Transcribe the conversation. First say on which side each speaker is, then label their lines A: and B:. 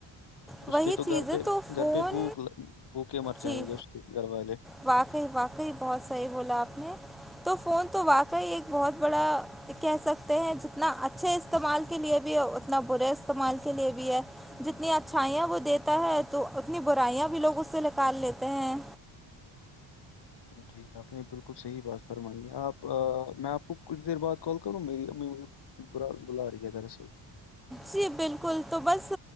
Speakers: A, in the centre; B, on the left (about 55°).
A: وہی
B: اس کے تو
A: چیز
B: گھر
A: ہے
B: پہ
A: تو
B: گھر
A: فون
B: پہ بھوک بھوکے مر جائیں
A: جی
B: گے اس گرباے <unintelligible> <unintelligible>
A: واقعی واقعی بہت صحیح بولا آپ نے تو فون تو واقعی ایک بہت بڑا کہہ سکتے ہیں جتنا اچھے استعمال کے لے بھی ہے اتنا برے استعمال کے لئے بھی ہے جتنی اچھائیاں وہ دیتا ہے تو اتنی برائیاں بھی لوگ اس سے نکال لیتے ہیں
B: جی آپ نے بالکل صحیح بات فرمانی ہے آپ میں آپ کو کچھ دیر بعد کال کر رہا ہوں میری ابھ برا بلا رہ کیا دراصل
A: جی بالکل تو بس